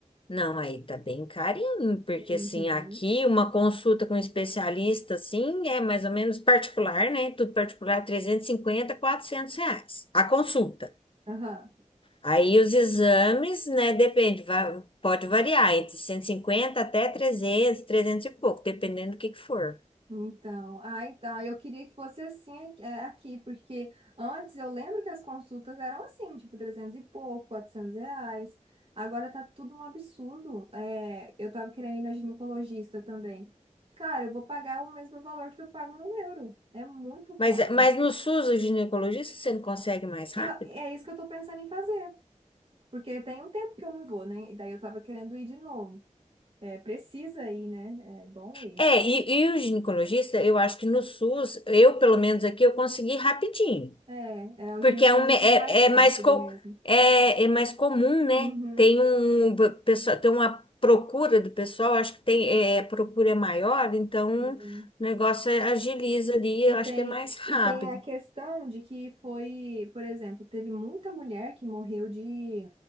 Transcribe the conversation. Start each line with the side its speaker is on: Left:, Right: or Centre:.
Left: não, aí tá bem carinho, porque
Right: Uhum.
Left: assim, aqui uma consulta com um especialista, assim, é mais ou menos particular, né? Tudo particular, trezentos e cinquenta quatrocentos reais a consulta.
Right: Aham.
Left: Aí os exames, né, depende, va- pode variar entre 150 até trezentos 300 e pouco, dependendo do que que for.
Right: Então, ah, então, eu queria que fosse assim é, aqui, porque antes eu lembro que as consultas eram assim, tipo 300 e pouco, 400 reais. Agora tá tudo um absurdo. É, eu tava querendo ir na ginecologista também. Cara, eu vou pagar o mesmo valor que eu pago no euro. É muito caro.
Left: Mas, mas no SUS, o ginecologista, você não consegue mais rápido?
Right: Eu- é é isso que eu tô pensando em fazer. Porque tem um tempo que eu não vou, né? E daí eu tava querendo ir de novo. É, precisa ir, né? É bom ir.
Left: É, e, e o ginecologista, eu acho que no SUS, eu pelo menos aqui, eu consegui rapidinho.
Right: É, é, o
Left: Porque
Right: ginecologista
Left: é, um, me- é,
Right: é mais rápido
Left: é, mais, co-
Right: mesmo.
Left: é, é mais comum, né?
Right: Uhum,
Left: Tem um p- pessoa, tem uma procura do pessoal, acho que tem, é, a procura é maior, então
Right: sim.
Left: o negócio é- agiliza ali, eu
Right: E tem,
Left: acho que é mais rápido.
Right: e tem a questão de que foi, por exemplo, teve muita mulher que morreu de